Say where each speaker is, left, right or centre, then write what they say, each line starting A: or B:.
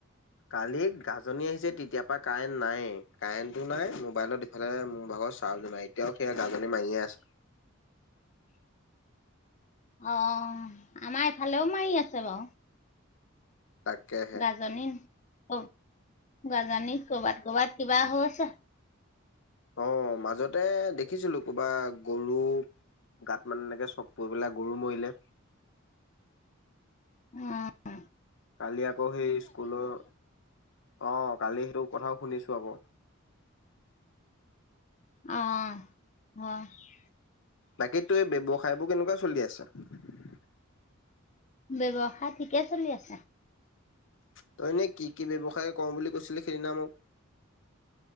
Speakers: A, on the left; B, on the left.
A: কালি গাজনি আহিছে তেতিয়াৰ পৰা কাৰেন্ট নাই, কাৰেণ্টটো নাই মোবাইলত ইফালে মোৰ ভাগৰ চাজ নাই এতিয়াও সেইয়া গাজনী মাৰিয়ে আছে।
B: অ আমাৰ এফালেও মাৰি আছে বাও।
A: তাকেহে
B: গাজনী অ গাল জানি কৰ'বাত কৰ'বাত কিবা হ' <unintelligible>
A: আহ মাজতে দেখিছিলো ক'ৰবা গৰু গাত মানে এনেকে চক পৰি পেলাই গৰু মৰিলে।
B: উম্।
A: কালি আকৌ সেই স্কুলৰ অ কালি সেইটো কথাও শুনিছো আক।
B: অ। হ <unintelligible>
A: বাকীতো এই ব্যবসায়বোৰ কেনেকুৱা চলি আছে?
B: ব ব্যৱসায় ঠিকে চলি আছে
A: তই নে কি? কি ব্যৱসায় ক বুলি কৈছিলে সেইদিনা মোক?